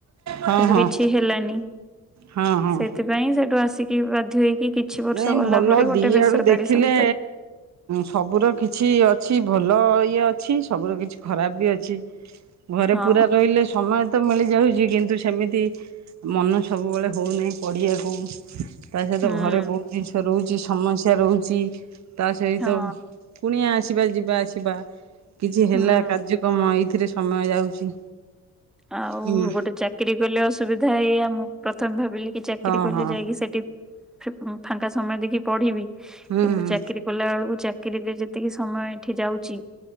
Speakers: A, on the right (about 65°); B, in the centre.
A: ହଁ
B: କିନ୍ତୁ
A: ହଁ
B: କିଛି ହେଲାନି।
A: ହଁ ହଁ
B: ସେଥିପାଇଁ ସେଠୁ ଆସିକି ବା ଧେଇକି କିଛିବର୍ଷ
A: ନାଇଁ
B: ଗଲାପରେ
A: ଭଲ
B: ଗୋଟେ
A: ଦି
B: ବେସରକାରୀ
A: ଆଡୁ ଦେଖିଲେ
B: ସଂସ୍ଥାରେ
A: ସବୁର କିଛି ଅଛି ଭଲ ଇଏ ଅଛି ସବୁର କିଛି ଖରାପ ବି ଅଛି। ଘରେ
B: ହଁ
A: ପୁରା ରହିଲେ ସମୟ ତ ମିଳିଯାଉଛି କିନ୍ତୁ ସେମିତି ମନ ସବୁବେଳେ ହଉନାହିଁ ପଢିବାକୁ। ତା ତ
B: ହୁଁ
A: ଘରେ ବହୁତ ଜିନିଷ ରହୁଛି, ସମସ୍ୟା ରହୁଛି। ତା ସହିତ
B: ହଁ
A: କୁଣିଆ ଆସିବା, ଯିବା ଆସିବା, କିଛି
B: ହୁଁ
A: ହେଲା କାର୍ଯ୍ୟକ୍ରମ ଏଇଥିରେ ସମୟ ଯାଉଛି।
B: ଆଉ
A: ହୁଁ।
B: ଗୋଟେ ଚାକିରି କଲେ ଅସୁବିଧା ଏଇଆ, ମୁଁ ପ୍ରଥମେ ଭାବିଲି କି ଚାକିରୀ
A: ହଁ
B: କଲେ
A: ହଁ
B: ଯାଇକି ସେଠି ଫି-ଫାଙ୍କା ସମୟ ଦେଖି ପଢିବି।
A: ହୁଁ
B: କିନ୍ତୁ
A: ହୁଁ
B: ଚାକିରୀ କଲା ବେଳକୁ ଚାକିରିରେ ଯେତିକି ସମୟ ଏଠି ଯାଉଛି,